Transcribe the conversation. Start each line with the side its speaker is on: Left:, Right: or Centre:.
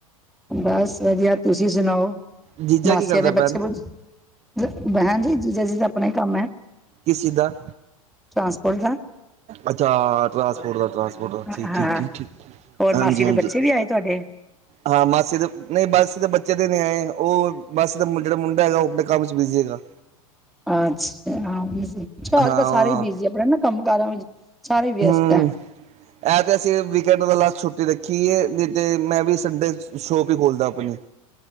Centre: ਬਸ ਵਧੀਆ ਤੁਸੀਂ ਸੁਣਾਓ।
Right: ਜੀਜਾ
Centre: ਮਾਸੀਆਂ
Right: ਕੀ ਕਰਦਾ
Centre: ਦੇ ਬੱਚੇ
Right: ਭੈਣ
Centre: ਬੁਚੇ ਬਹਿ ਜੀ ਜੀਜਾ ਜੀਦਾ ਆਪਣਾ ਹੀ ਕੰਮ ਹੈ।
Right: ਕਿਸ ਚੀਜ਼ ਦਾ
Centre: ਟਰਾਂਸਪੋਰਟ ਦਾ
Right: ਅੱਛਾ ਟਰਾਸਪੋਰਟ ਟਰਾਸ ਪੋਰਟ ਦਾ ਆ
Centre: ਹਾਂ,
Right: ਠੀਕ, ਠੀਕ, ਠੀਕ, ਠੀਕ
Centre: ਹੋਰ
Right: ਹਾਂਜੀ,
Centre: ਮਾਸੀ ਦੇ
Right: ਹਾਂਜੀ।
Centre: ਬੱਚੇ ਵੀ ਆਏ ਤੁਹਾਡੇ?
Right: ਹਾਂ ਮਾਸੀ ਦੇ ਨਹੀਂ ਬਸ ਮਾਸੀ ਦੇ ਬੱਚੇ ਦੇ ਨ ਆਏ ਉਹ ਮਾਸੀ ਦਾ ਜਿਹੜਾ ਮੁੰਡਾ ਹੈਗਾ ਉਹ ਆਪਣੇ ਕੰਮ ਚ ਬਿਜੀ ਹੈਗਾ।
Centre: ਅੱਛਾ ਹਾਂ ਅੱਜ
Right: ਹਾਂ
Centre: ਕੱਲ ਸਾਰੇ ਹੀ ਬਿਜੀ ਆਪਣੇ ਨਾ ਕੰਮ ਕਾਰਾਂ ਵਿੱਚ ਸਾਰੇ ਵਿਅਸਤ
Right: ਹੁੰ
Centre: ਹੈ,
Right: ਇਹ ਤੇ ਅਸੀਂ ਵੀਐਡ ਦਾ ਲਾਸ ਛੁੱਟੀ ਦੇਖ ਕੀ ਹੈ ਨਈ ਤੇ ਮੈਂ ਵੀ ਸੰਡੇ ਸ਼ੋਪ ਹੀ ਖੋਲ੍ਹਦਾ ਆਪਣੀ